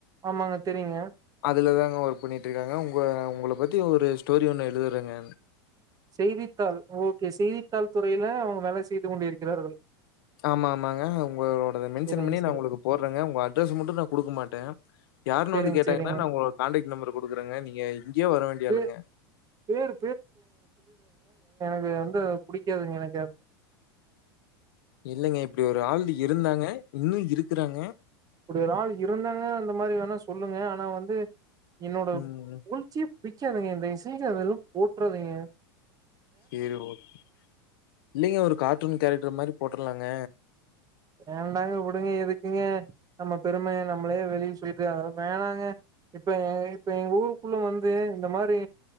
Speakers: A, on the right (about 30°); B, on the left (about 65°).
A: ஆமாங்க தெரியுங்க.
B: அதுலதாங்க ஒர்க் பண்ணிட்டு இருக்காங்க உங்க உங்கள பத்தி ஒரு ஸ்டோரி ஒன்னு எழுதுறங்க
A: செய்தித்தாள் ஓகே செய்தித்தாள் துறையில அவுங் வேலை செய்து கொண்டிருக்கிறார்கள்
B: ஆமா ஆமாங்க உங்களோடத மென்ஷன்
A: சரிங்க,
B: பண்ணி நா
A: சரிங்க.
B: உங்குளுக்கு போட்றங்க உங்க அட்ரஸ் மட்டு நா குடுக்க மாட்டே யாருனு
A: சரிங்க,
B: வந்து கேட்டாங்கன்னா
A: சரிங்க.
B: நா உங்களோ கான்டக்ட் நெம்பரு குடுக்குறங்க நீங்க இங்கியே வர வேண்டிய
A: பே
B: ஆளுங்க
A: பேரு இது வந்து புடிக்காதுங்க என
B: இல்லைங்க இப்டி ஒரு ஆள் இருந்தாங்க இன்னு இ ருக்கறாங்க
A: இப்டி ஒரு ஆள் இருந்தாங்க அந்த மாரி வேணா ஸ் சொல்லுங்க ஆனா வந்து என்னோட
B: ம்.
A: புகழ்ச்சியே பிக்காதிங்க தயவு செஞ்சி அதெல்லா போட்றாதிங்க
B: செரி ஓகே இல்லைங்க ஒரு கார்ட்டூன் கேரக்டர் மாரி போட்டுருலாங்க
A: வேண்டாங்க விடுங்க எதுக்குங்க நம்ம பெரும நம்மளே வெளி சொல்ட்டு அதெல்லா‌ வேணாங்க இப்ப இப்ப எங்க ஊருக்குள்ள வந்து இந்த மாரி